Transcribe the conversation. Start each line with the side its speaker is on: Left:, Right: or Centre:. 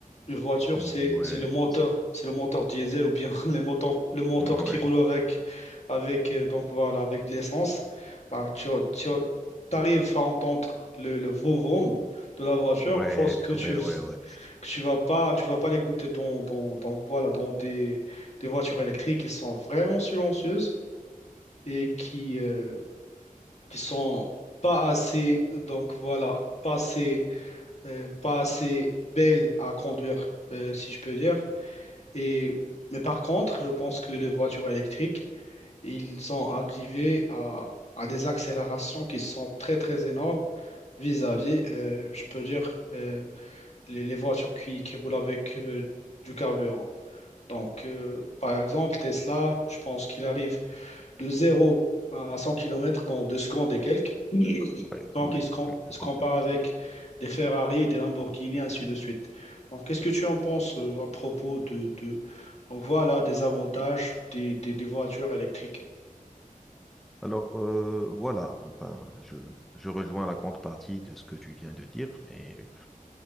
Left: une voiture,
Centre: Ouais.
Left: c'est, c'est le moteur, c'est le moteur diesel ou bien <laughs> les moteurs, le moteur
Centre: Ouais.
Left: qui roule avec, avec, euh, donc voilà, avec de l'essence. Bah, tu tu arrives à entendre le, le vroom vroom de la voiture,
Centre: Ouais,
Left: chose que tu
Centre: ouais,
Left: <laughs>
Centre: ouais, ouais.
Left: que tu vas pas tu vas pas l'écouter dans, dans, dans, voilà dans des, des voitures électriques qui sont vraiment silencieuses et qui euh, qui sont pas assez, donc voilà, pas assez, euh, pas assez belles à conduire, euh, si je peux dire. Et, mais par contre, je pense que les voitures électriques, ils sont arrivés à, à des accélérations qui sont très, très énormes vis-à-vis, euh, je peux dire, euh, les, les voitures qui, qui roulent avec euh, du carburant. Donc, euh, par exemple, Tesla, je pense qu'il arrive de zéro à à 100 km dans 2 secondes et quelques.
Centre: Ouais, que je ouais,
Left: Donc,
Centre: pense. ouais,
Left: il se, com-
Centre: ouais, je
Left: il se
Centre: confirme.
Left: compare avec des Ferrari, des Lamborghini, ainsi de suite. Donc, qu'est-ce que tu en penses euh, à propos de, de- Donc, voilà, des avantages des, des- des voitures électriques.
Centre: Alors, euh, voilà, enfin, je, je rejoins la grande partie de ce que tu viens de dire. Et